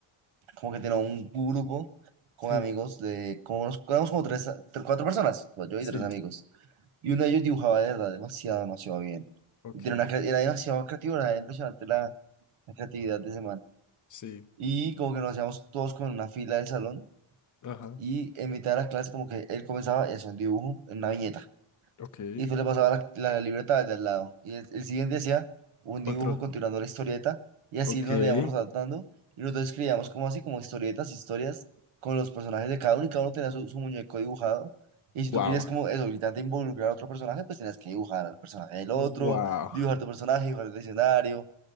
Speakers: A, on the right (about 75°); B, on the left (about 35°).
A: como que tenía un grupo con
B: Sí,
A: amigos de, como nos, éramos como tres, tres- cuatro personas, pues, yo
B: sí.
A: y tres amigos. Y uno de ellos dibujaba de verdad demasiado, demasiado bien.
B: Ok,
A: Y tenía una, cre- era demasiado creativo, era impresionante la, la creatividad de ese man.
B: sí.
A: Y como que nos hacíamos todos como en una fila del salón
B: Ajá.
A: y en mitad de la clase como que él comenzaba y hacía un dibujo en una viñeta.
B: Ok.
A: Y después le pasaba la, la libreta al de al lado. Y el, el siguiente hacía un
B: Otro.
A: dibujo continuando la historieta. Y así
B: Ok.
A: nos le íbamos rotando. Y nosotros escribíamos como así, como historietas, historias con los personajes de cada uno. Y cada uno tenía su, su muñeco dibujado. Y si
B: Wow.
A: tú querías como eso, ahorita te involucrar a otro personaje, pues tenías que dibujar al personaje del otro,
B: Wow.
A: dibujar tu personaje, dibujar el escenario.